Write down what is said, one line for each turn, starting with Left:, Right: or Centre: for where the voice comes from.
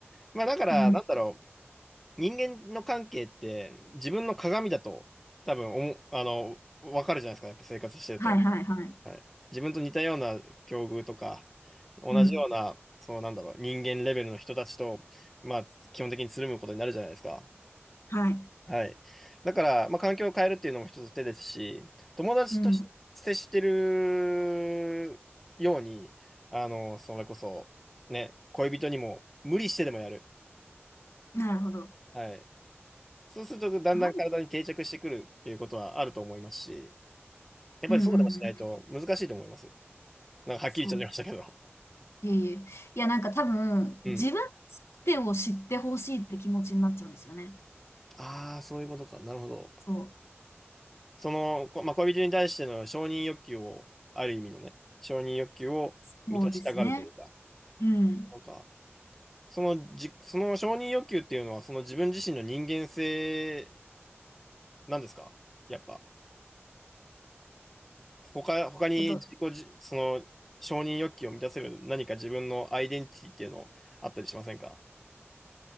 Centre: まあだから、
Left: うん。
Centre: なんだろう。人間の関係って自分の鏡だと多分おも、あの、わかるじゃないですか、やっぱ生活してると。
Left: はいはいはい。
Centre: はい。自分と似たような境遇とか、同じような、
Left: うん。
Centre: そのなんだろう、人間レベルの人たちと、まあ、基本的につるむことになるじゃないですか。
Left: はい。
Centre: はい。だから、まあ、環境を変えるっていうのも一つ手ですし、友達とし接してるように、
Left: うん。
Centre: あの、それこそ、ね、恋人にも無理してでもやる。
Left: なるほど。
Centre: はい。そうすると、だんだん体に定着してくるっていうことはあると思いますし、
Left: なん、
Centre: やっぱりそうでもしないと難しいと思います。
Left: うんうんうん。
Centre: なんかはっきり言っちゃいましたけど。
Left: そうです。いえいえ。いや、なんか多分、
Centre: <laughs> うん。
Left: 自分の全てを知ってほしいって気持ちになっちゃうんですよね。
Centre: ああ、そういうことか。なるほど。
Left: そう。
Centre: その、こまあ、恋人に対しての承認欲求を、ある意味のね、承認欲求を満たしたがるというか、
Left: そうですね。うん。
Centre: なんか、そのじ、その承認欲求っていうのは、その自分自身の人間性なんですかやっぱ。他、他に自己じ、
Left: えっと、
Centre: その承認欲求を満たせる何か自分のアイデンティティっていうのあったりしませんか